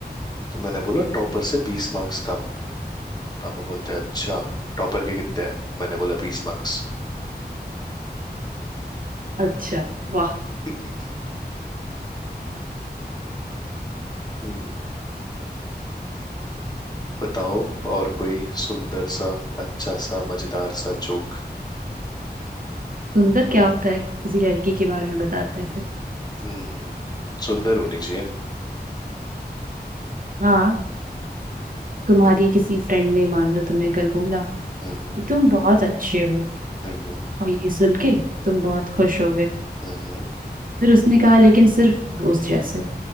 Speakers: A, on the left (about 25°); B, on the right (about 55°).
A: तो मैंने बोला टॉपर से बीस मार्क्स कम पापा बोलते हैं अच्छा टॉपर के कितने आए मैंने बोला बीस मार्क्स
B: अच्छा वाह
A: <laughs> हम्म बताओ और कोई सुंदर सा अच्छा सा मजेदार सा जोक
B: सुंदर क्या होता है किसी लड़की के बारे में बताते हैं फिर।
A: हम्म सुंदर होनी चाहिए
B: हाँ
A: हम्म
B: तुम्हारी किसी फ्रेंड ने मान लो तुम्हें कल बोला
A: हम्म
B: कि तुम बहुत अच्छे हो
A: हम्म
B: और ये सुन के तुम बहुत खुश हो गए
A: हम्म
B: फिर उसने कहा लेकिन सिर्फ दोस्त जैसे